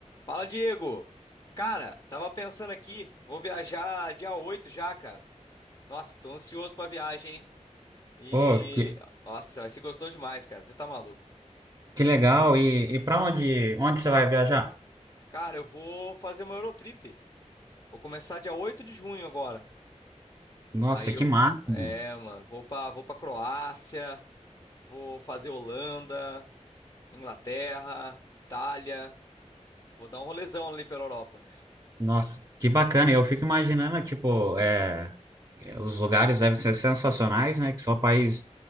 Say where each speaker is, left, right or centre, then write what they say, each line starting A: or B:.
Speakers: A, on the left (about 35°); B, on the right (about 30°).
A: Fala, Diego! Cara, tava pensando aqui, vou viajar dia 8 já, cara. Nossa, tô ansioso pra viagem, hein? E.
B: Oh, que,
A: Nossa, mas você gostou demais, cara, você tá maluco.
B: que legal. E, e para onde, onde você vai viajar?
A: Cara, eu vou fazer uma Eurotrip. Vou começar dia 8 de junho agora.
B: Nossa,
A: Aí eu.
B: que máximo.
A: É, mano, vou pra, vou pra Croácia, vou fazer Holanda, Inglaterra, Itália. Vou dar um rolezão ali pela Europa.
B: Nossa, que bacana. Eu fico imaginando, tipo, é, é, os lugares devem ser sensacionais, né? Que só país